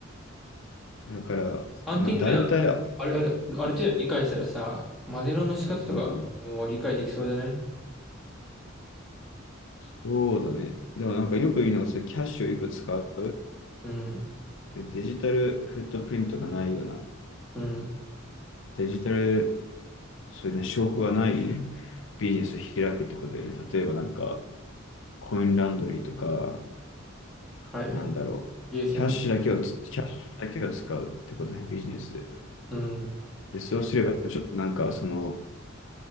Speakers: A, on the left; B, in the centre.
A: だから、
B: ハンティング、
A: まあ大体、
B: あれ、あれ、ある程度理解したらさ、
A: い
B: マネロンの仕方とかもう理解できそうじゃない
A: うん、そうだね。でもなんかよく言うのが、それキャッシュをよく使う。
B: うん。
A: でデジタルフットプリントがないような、
B: うん。
A: デジタル、そういうね、証拠がないビジネスを開くってことで、ね、例えばなんか、コインランドリーとか、
B: はいはい。
A: なんだろう、
B: ゲーセント。
A: キャッシュだけをつ、キャッシュだけを使うってことね、ビジネスで。
B: うん。
A: で、そうすれば、ちょっとなんか、その、